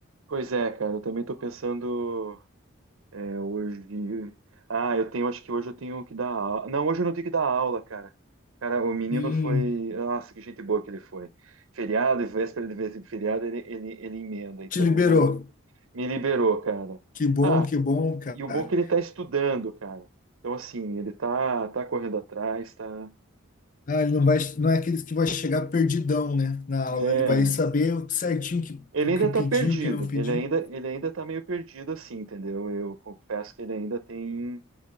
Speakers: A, on the right (about 75°); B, on the left (about 40°).
A: Pois é, cara, eu também tô pensando é, hoje. Ah, eu tenho, acho que hoje eu tenho que dar aula. Não, hoje eu não tenho que dar aula, cara. Cara, o menino
B: Sim,
A: foi. Nossa, que gente boa que ele foi. Feriado e véspera de ve- feriado, ele, ele, ele emenda, então
B: te liberou.
A: não me liberou, cara.
B: Que bom,
A: Ah,
B: que bom, cara.
A: E o bom é que ele tá estudando, cara. Então, assim, ele tá, tá correndo atrás, tá.
B: Ah, ele não vai, não é aqueles que vai chegar perdidão, né, na aula.
A: É,
B: Ele vai saber o certinho que,
A: ele
B: o
A: ainda
B: que pediu,
A: tá perdido.
B: o que não pediu.
A: Ele ainda, ele ainda tá meio perdido, assim, entendeu? Eu confesso que ele ainda tem.